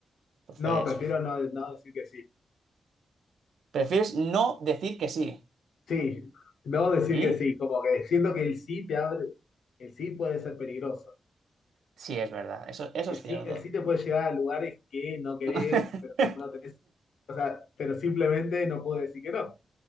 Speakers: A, on the right; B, on the left.
A: Entonces,
B: no, prefiero
A: uf,
B: no, no decir que sí.
A: prefieres no decir que sí.
B: Sí, no decir
A: Y
B: que sí, como que siento que el sí te abre, el sí puede ser peligroso.
A: sí, es verdad, eso, eso
B: El
A: es cierto.
B: sí, el sí te puede llevar a lugares que no querés,
A: <laughs>
B: pero como no tenés, o sea, pero simplemente no puedo decir que no.